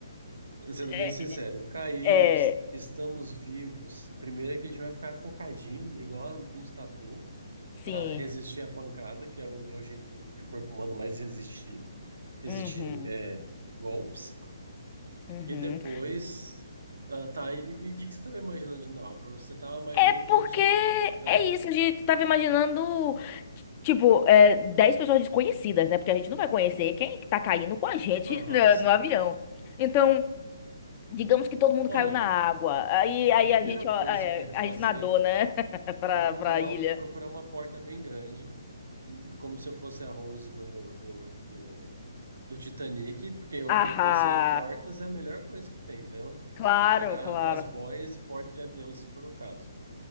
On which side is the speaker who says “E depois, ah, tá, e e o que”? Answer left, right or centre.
Right